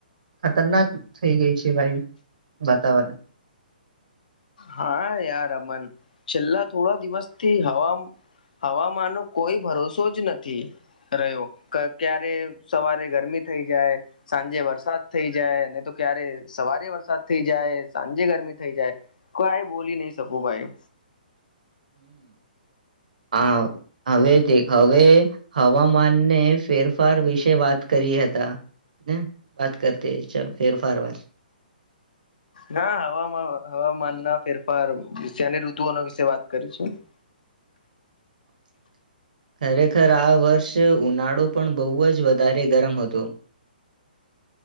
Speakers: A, on the right (about 55°); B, on the left (about 60°).
A: ખતરનાક થઈ ગઈ છે ભાઈ વાતાવરણ
B: હા યાર અમન છેલ્લા થોડા દિવસ થી હવાવામાં હવામાન ન કોઈ ભરોસો જ નથી રહ્યો કે ક્યારે સવારે ગરમી થઈ જાય સાંજે વરસાદ થઈ જાય નહી તો ક્યારે સવારે વરસાદ થઈ જાય સાંજે ગરમી થઈ જાય તો બોલી નહી શકું ભાઈ
A: હા હવે તે હવે હવામાનને ફેરફાર વિશે વાત કરી હતા ને વાત કરતી ચ ફેરફાર વાત
B: ના હવામાં હવામાન ના ફેરફાર ઋતુ ઓના વિશે વાત કરીશું <inaudible> <inaudible>
A: <inaudible> <inaudible> ખરેખર આ વર્ષ ઉનાળો પણ બહુ જ વધારે ગરમ હતો <inaudible> <inaudible>